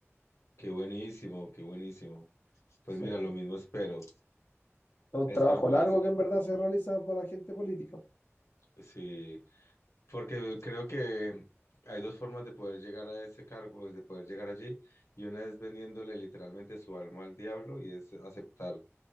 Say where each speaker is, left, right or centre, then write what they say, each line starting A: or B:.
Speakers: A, on the left; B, on the left.
A: qué buenísimo, qué buenísimo. Pues
B: Sí,
A: mira, lo
B: Es
A: mismo espero,
B: un
A: espero
B: trabajo
A: poder
B: largo
A: hacer.
B: que en verdad se realiza para la gente política,
A: Sí, porque creo que hay dos formas de poder llegar a ese cargo, de poder llegar allí, y una es vendiéndole literalmente su alma al diablo y es aceptar